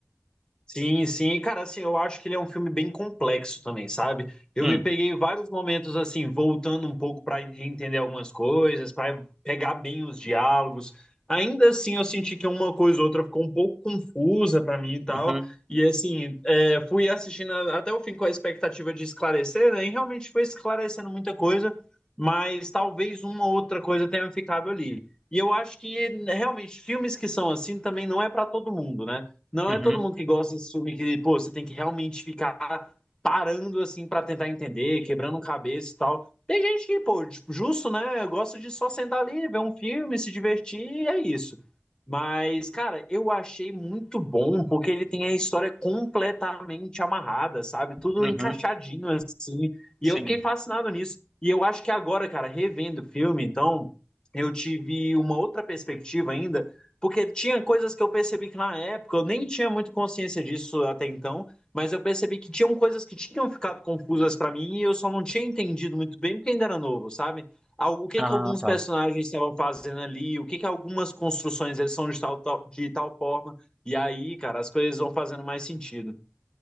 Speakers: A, on the left (about 20°); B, in the centre.
A: Sim, sim, e cara, assim, eu acho que ele é um filme bem complexo também, sabe? Eu
B: Hum,
A: me peguei vários momentos assim, voltando um pouco para reentender algumas coisas, para pegar bem os diálogos. Ainda assim, eu senti que uma coisa ou outra ficou um pouco confusa para mim e tal.
B: uhum,
A: E assim, é, fui assistindo a- até o fim com a expectativa de esclarecer, né? E realmente foi esclarecendo muita coisa, mas talvez uma ou outra coisa tenha ficado ali. E eu acho que realmente filmes que são assim também não é para todo mundo, né? Não
B: uhum,
A: é todo mundo que gosta desse filme que, pô, você tem que realmente ficar parando assim pra tentar entender, quebrando cabeça e tal. Tem gente que, pô, tipo, justo, né? Gosta de só sentar ali, ver um filme, se divertir, e é isso. Mas, cara, eu achei muito bom porque ele tem a história completamente amarrada, sabe? Tudo
B: uhum,
A: encaixadinho assim. E
B: sim.
A: eu fiquei fascinado nisso. E eu acho que agora, cara, revendo o filme, então, eu tive uma outra perspectiva ainda porque tinha coisas que eu percebi que na época eu nem tinha muita consciência disso até então, mas eu percebi que tinham coisas que tinham ficado confusas pra mim e eu só não tinha entendido muito bem porque ainda era novo, sabe? Al- O que
B: Ah,
A: que alguns
B: tá.
A: personagens estavam fazendo ali, o que que algumas construções eles são de tal, tal- de tal forma, e aí, cara, as coisas vão fazendo mais sentido.